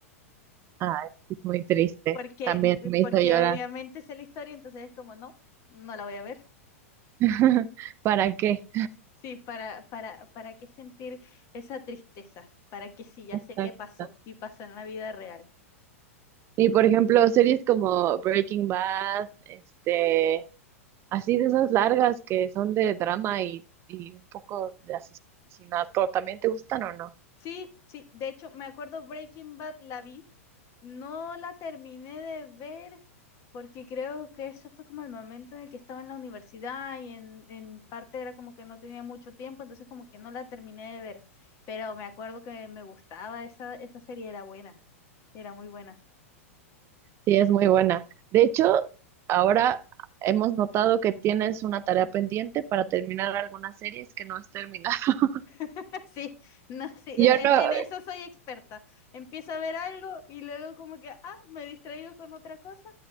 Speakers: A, on the right; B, on the left.
A: Ah, es muy triste.
B: Porque,
A: También me
B: porque
A: hizo llorar.
B: obviamente sé la historia, entonces es como, no, no la voy a ver.
A: <laughs> ¿Para qué?
B: Sí, para, para, para qué sentir esa tristeza, para que sí, ya
A: <laughs>
B: sé qué pasó y pasó en la vida real.
A: Y por ejemplo, series como Breaking Bad, este, así de esas largas que son de drama y, y un poco de asesinato, ¿también te gustan o no?
B: Sí, sí, de hecho me acuerdo Breaking Bad la vi No la terminé de ver porque creo que eso fue como el momento en el que estaba en la universidad y en, en parte era como que no tenía mucho tiempo, entonces como que no la terminé de ver, pero me acuerdo que me gustaba esa, esa serie, era buena, era muy buena.
A: Sí, es muy buena. De hecho, ahora hemos notado que tienes una tarea pendiente para terminar algunas series que no has terminado. <laughs>
B: <laughs> Sí, no, sí, e-
A: Yo
B: en,
A: no,
B: en eso soy experta. Empiezo a ver algo y luego como que, ah, me distraigo con otra cosa